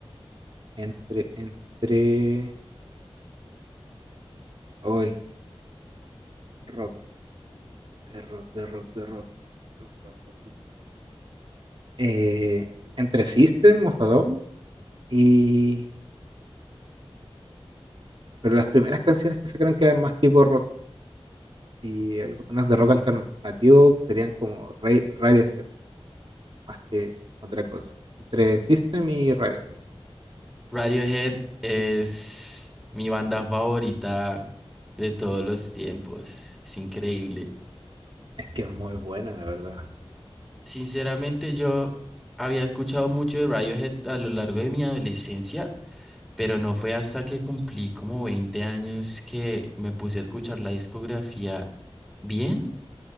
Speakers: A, on the right; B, in the centre.
A: entre, entre, hoy, rock. De rock, de rock, de rock. rock, rock, rock, rock. Eh, entre System of a Down y... Pero las primeras canciones que sacaron quedan más tipo rock y algunas de rock alternativo serían como Ra- Radiohead, más que otra cosa. Entre System y Radiohead.
B: Radiohead es mi banda favorita de todos los tiempos. Es increíble.
A: Es que es muy buena, la verdad.
B: Sinceramente, yo había escuchado mucho de Radiohead a lo largo de mi adolescencia Pero no fue hasta que cumplí como 20 años que me puse a escuchar la discografía bien